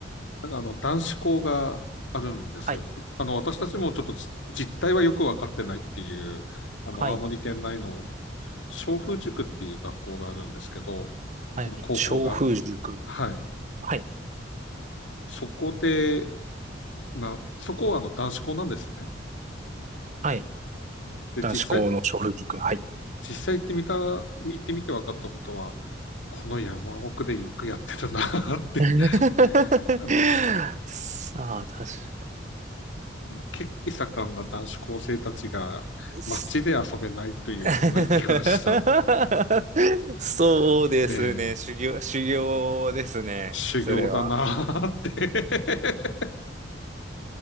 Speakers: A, on the left; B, on the right.
A: なんかあの、男子校があるんですよ。
B: はい。
A: あの、私たちもちょっとじ実態はよくわかってないっていう、あの、
B: はい。
A: 青森県内の松風塾っていう学校があるんですけど、
B: はい。
A: あの高校が、
B: 小風塾。
A: はい。
B: はい。
A: そこで、な、そこはあの男子校なんですね。
B: はい。
A: で、
B: 男子校の小児君。
A: 実際、
B: はい。
A: 実際行ってみた、行ってみて分かったことは、この山奥でよくやってたなって、
B: <laughs>
A: <laughs> あの、
B: さあ、確か
A: 血気盛んな男子高生たちが街で遊べないというこの息苦しさ、
B: に。す <laughs> そうですね。
A: えー
B: 修行、修行ですね。
A: 修行だなーって
B: それは。